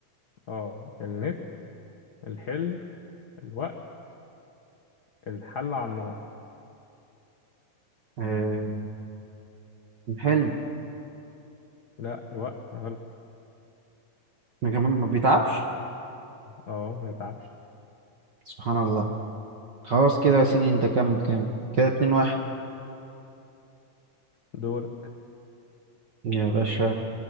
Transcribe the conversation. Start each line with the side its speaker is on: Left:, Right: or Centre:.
Left: اه النت الحلم الوقت الحل على النار
Right: آه. الحلم
Left: لا الوقت غلط
Right: ما كمان ما بيتعبش
Left: اه ما يتعبش
Right: سبحان الله خلاص كده يا سيدي انت كام كام كده اتنين واحد
Left: دورك
Right: يا باشا